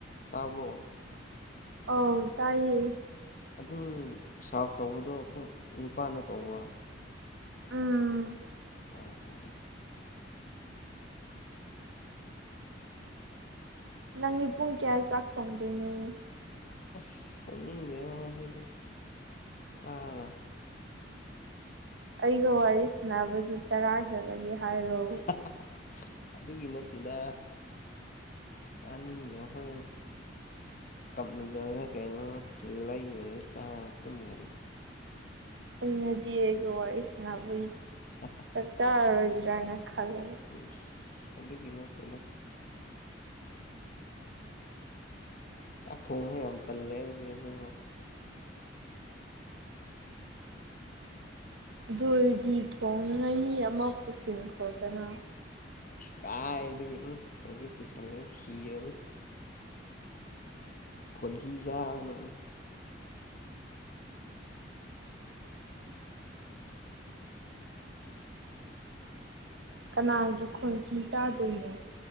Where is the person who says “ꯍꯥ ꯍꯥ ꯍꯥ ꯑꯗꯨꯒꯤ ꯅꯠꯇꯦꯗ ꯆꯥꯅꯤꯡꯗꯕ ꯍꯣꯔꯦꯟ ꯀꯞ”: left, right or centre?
Left